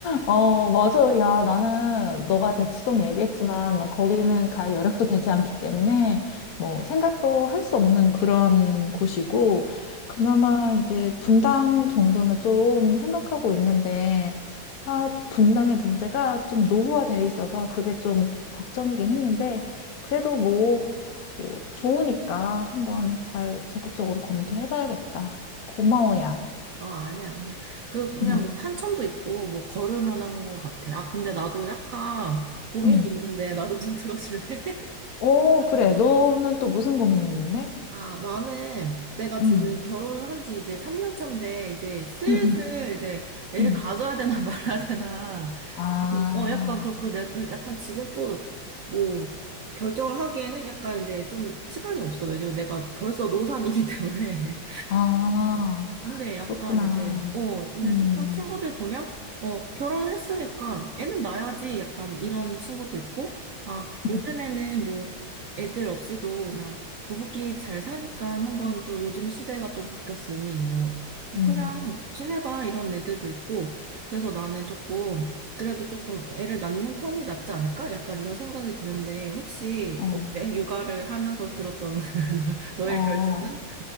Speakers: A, on the left; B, on the right.
A: 어, 맞아. 야, 나는 너가 대치동 얘기했지만 거기는 갈 여력도 되지 않기 때문에 뭐 생각도 할 수 없는 그런 곳이고 그나마 이제 분당 정도는 좀 생각하고 있는데 아, 분당의 문제가 좀 노후화되어 있어서 그게 좀 걱정이긴 했는데 그래도 뭐, 뭐 좋으니까 한번 잘 적극적으로 검토해봐야겠다. 고마워, 야.
B: 어, 아니야, 아니야. 그, 그냥
A: <laughs>
B: 뭐 탄천도 있고, 뭐 걸을 만한 거 같아. 아, 근데 나도 약간 고민이
A: 응.
B: 있는데, 나도 좀 들어줄래? <laughs>
A: 오, 그래. 너는 또 무슨 고민이 있는데?
B: 아, 나는 내가
A: 응,
B: 지금 결혼한 지 이제 3년 차인데, 이제 슬슬
A: 응, 응,
B: 이제 애를
A: 응.
B: 가져야 되나 <laughs> 말아야 되나.
A: 아,
B: 되게, 어, 약간 그렇고, 내가 또 약간 지금 또 뭐, 결정을 하기에는 약간 이제 좀 시간이 없어. 왜냐면 내가 벌써 노산이기 <laughs> 때문에.
A: 아,
B: 근데 약간
A: 그렇구나.
B: 이제, 어, 근데
A: 음,
B: 조금 친구들 보면, 어, 결혼했으니까 애는 낳아야지 약간 이런 친구도 있고, 아,
A: 음,
B: 요즘에는 뭐 애들 없이도 그냥 부부끼리 잘 사니까 한번 또 요즘 시대가 좀 바뀌었으니, 뭐,
A: 음,
B: 그냥 지내봐 이런 애들도 있고, 그래서 나는 조금, 그래도 조금 애를 낳는 편이 낫지 않을까? 약간 이런 생각이 드는데, 혹시
A: 어,
B: 어때? 육아를 하면서 들었던 <laughs> 너- 너의
A: 어,
B: 결정은?